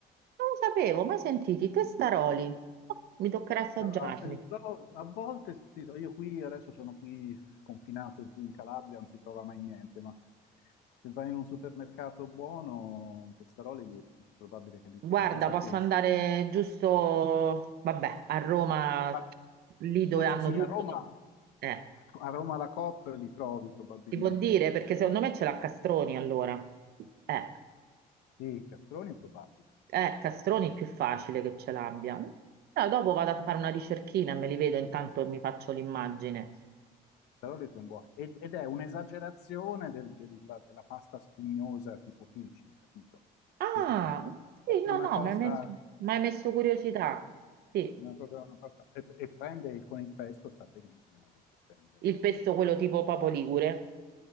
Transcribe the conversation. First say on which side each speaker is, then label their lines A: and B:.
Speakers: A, on the right; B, on the left.
A: Non lo sapevo, mai sentiti, testaroli. Oh, Mi toccherà assaggiarli.
B: Però a Felitto- a volte sì, io qui adesso sono qui confinato giù in Calabria, non si trova mai niente, ma se vai in un supermercato buono, i testaroli è probabile che li
A: Guarda,
B: trovi, pasta
A: posso
B: fresca.
A: andare giusto, vabbè, a Roma,
B: Ma
A: lì dove
B: Forse
A: hanno
B: sì,
A: tutto.
B: a Roma,
A: quindi- Eh,
B: a Roma la Coop li trovi probabilmente.
A: si può dire, perché secondo me ce l'ha Castroni allora. Eh,
B: Sì, i castroni è probabile,
A: eh, Castroni è più facile che ce l'abbia. Però dopo vado a fare una ricerchina e me li vedo, intanto mi faccio l'immagine.
B: testaroli sono buoni. Ed, ed è un'esagerazione del- della, della pasta spugnosa tipo Pici, capito?
A: Ah,
B: Questi sono proprio proprio
A: sì, no,
B: una
A: no,
B: cosa...
A: mi hai messo, mi hai messo curiosità. Sì,
B: Una cosa, una pasta- E, e prende con il pesto, sta benissimo perché prende la-
A: il pesto quello tipo Papo Ligure.